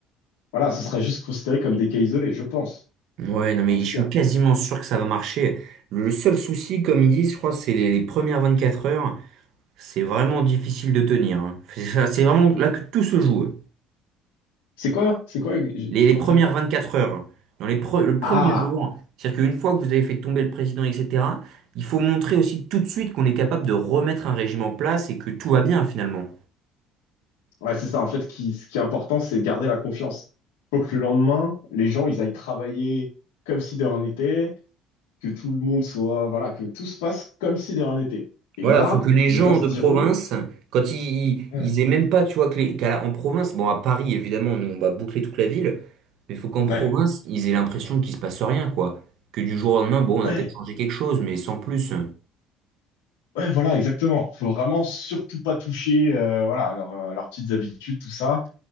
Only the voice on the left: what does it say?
voilà, ce sera juste considéré comme des cas isolés, je pense,
en tout
cas.
C'est quoi? C'est quoi? J'ai
j'ai
pas
entendu.
Ah,
ouais, c'est ça. En fait, ce qui, ce qui est important, c'est garder la confiance. Faut que le lendemain, les gens, ils aillent travailler comme si de rien n'était. que tout le monde soit, voilà, que tout se passe comme si de rien n'était. Et
là,
les
gens se
diront,
ouais,
ouais,
ouais,
ouais, voilà, exactement. Faut vraiment surtout pas toucher, euh, voilà, à leurs, euh, à leurs petites habitudes, tout ça.